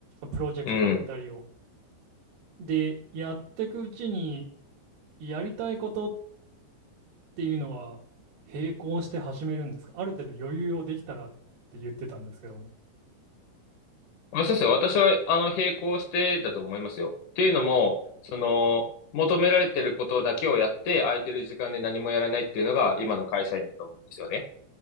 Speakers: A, on the right; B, on the left.
A: プロジェクトだったりを。
B: うん。
A: で、やっていくうちに、やりたいことっっていうのは並行して始めるんですかある程度余裕をできたらって言ってたんですけども。
B: まあそうですね。私は、あの、並行してだと思いますよ。っていうのも、その、求められてることだけをやって、空いてる時間で何もやらないっていうのが、今の会社員だと思うんですよね。